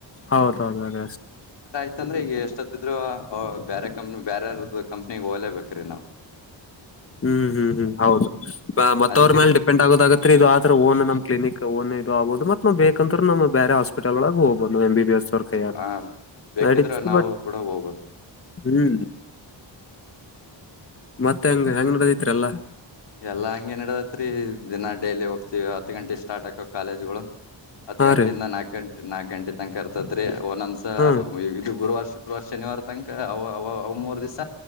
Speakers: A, on the left; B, on the left.
A: ಹೌದೌದು ಅದ
B: ಇತ್ತಂದ್ರೆ ಈಗ ಎಷ್ಟೊತ್ತಿದ್ರು ಬೇರೆ ಕಂಪ್ನಿ ಬೇರೆ ಕಂಪ್ನಿಗ್ ಹೋಗ್ಲೇಬೇಕ್ರೀ ನಾವವು
A: ಹ್ಮ್ ಹ್ಮ್ ಹ್ಮ್ ಹೌದು ಮತ್ತ
B: ಅದಕ್ಕೆ
A: ಅವ್ರ ಮೇಾಲಲೆ ಡಿಪೆಂಡ್ ಆಗೋದಾಗತ್ ಇದು ಆದ್ರ ಓನ್ ನಮ್ಮ್ಿನಿಕ್ ಓನ್ ಆಬಹದು ಮತ್ ನ್ ಬೇಕಂದ್ರ ನಮ್ ಬೇರೆ ಹಸ್ಪಟಲ್ಳ ಹೋಗುದು ಎಂ ಬಿಿ ಬಿಿ ಎಸ್ ವರ್ಕಾಗ
B: ಆ ಬೇಕಿದ್ರ
A: ನ
B: ನಾವು
A: ಬಟ್
B: ಕೂಡ ಹೋಗ್ಬೋದು
A: ಹ್ಮ್ ಮತ್ತೆ ಹೆಂಗ ಹೆಂಗ್ ನಡದಿತ್ರಿಲ್ಲಾ
B: ಎಲ್ಲಾ ಹಂಗೆ ನಡದತ್ರಿ ದಿನ ಡೈಲಿ ಹೋಗ್ತಿವಿ ಹತ್ತು ಗಂಟೆ ಸ್ಟಾರ್ಟ್ ಆಕ ಕಾಲೇಜ್ಗಳು ಹತ್
A: ಹಾ
B: ಗಂಟೆಯಿಂದ
A: ರೀ
B: ನಾಕಕ್ ಗಂಟೆ ನಾಕಕ್ ಗಂಟೆ ತನಕ ಇರ್ತತ್ರಿ ಒ ನಂದಸ
A: ಹಾ
B: ಇದು ಗುರುವಾರ ಶುಕ್ರವಾರ ಶನಿವಾರ ತನಕ ಮೂರು ದಿವಸ